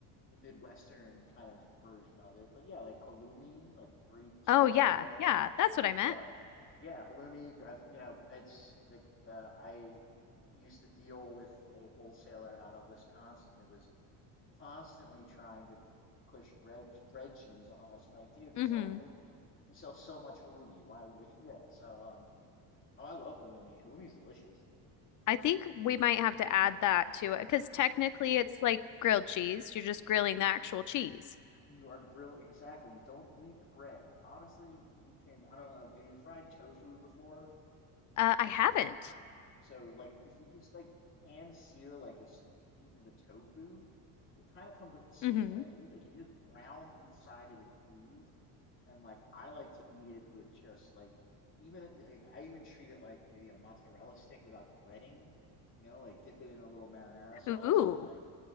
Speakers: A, on the left (about 30°); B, on the left (about 45°).
A: the Midwestern kind of version of it. But yeah, like halloumi, like the Greek style
B: Oh yeah,
A: one.
B: yeah, that's what I meant.
A: No, I, yeah, halloumi. I've, you know, it's the uh, I used to deal with a wholesaler out of Wisconsin that was constantly trying to push bread bread cheese on us. We're like, dude, we
B: Mm-hmm.
A: sell halloumi. We sell so much halloumi. Why would we? <laughs> Yeah. So um, oh, I love halloumi. Halloumi's delicious.
B: I think we might have to add that to it because technically it's like grilled cheese. You're just grilling the actual cheese.
A: You are grilling exactly. You don't need the bread. Honestly, you can. I don't know. Have you fried tofu before?
B: Uh, I haven't.
A: So, like, if you just like pan sear like this piece of the tofu, it kind of comes up the same
B: hmm
A: way. Like, you just brown each side of the cheese, and like I like to eat it with just like even like, I even treat it like maybe a mozzarella stick without the breading. You know, like dip it in a little marinara sauce
B: Ooh.
A: or like